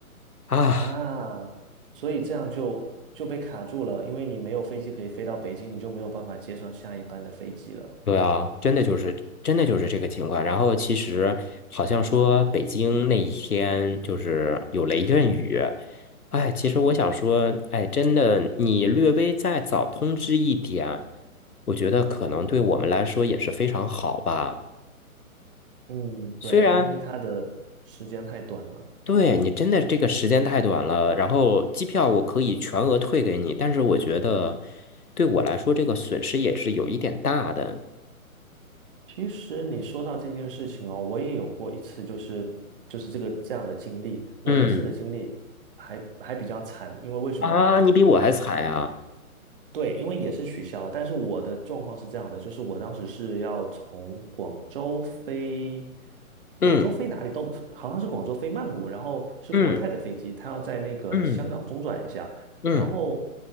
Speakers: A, on the left; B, on the right.
A: 啊。
B: 啊，所以这样就就被卡住了，因为你没有飞机可以飞到北京，你就没有办法接上下一班的飞机了。
A: 对啊，真的就是真的就是这个情况。然后其实好像说北京那一天就是有雷阵雨，哎，其实我想说，哎，真的你略微再早通知一点，我觉得可能对我们来说也是非常好吧。
B: 嗯，对，
A: 虽然
B: 因为它的时间太短了。
A: 对你真的这个时间太短了，然后机票我可以全额退给你，但是我觉得对我来说这个损失也是有一点大的。
B: 其实你说到这件事情哦，我也有过一次，就是就是这个这样的经历。我那次的经历还还比较惨，
A: 嗯
B: 因为为什么呢？
A: 啊，你比我还惨呀。
B: 对，因为也是取消，但是我的状况是这样的，就是我当时是要从广州飞，广州飞哪里都好像是广州飞曼谷，
A: 嗯。
B: 然后是国泰的飞机，
A: 嗯
B: 它要在那个香港中转一下，
A: 嗯嗯，
B: 然后